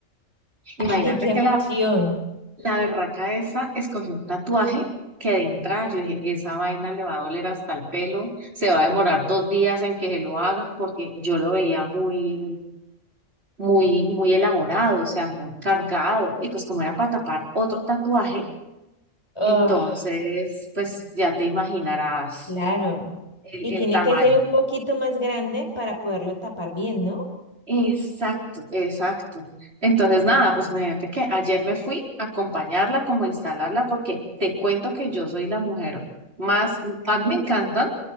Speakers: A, on the right; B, on the left.
A: Imagínate
B: ay, qué
A: que
B: emoción.
A: la, la berraca esa escogió un tatuaje que de entrada yo dije, esa vaina le va a doler hasta el pelo, se va a demorar dos días en que se lo haga porque yo lo veía muy, muy, muy elaborado, o sea, muy cargado. Y pues como era para tapar otro tatuaje,
B: Oh,
A: entonces, pues ya te imaginarás
B: claro.
A: el,
B: Y
A: el
B: tiene
A: tamaño.
B: que ser un poquito más grande para poderlo tapar bien, ¿no?
A: Exacto, exacto. Entonces, nada, pues imagínate que ayer me fui a acompañarla, como a instalarla, porque te cuento que yo soy la mujer más, a mí me encantan,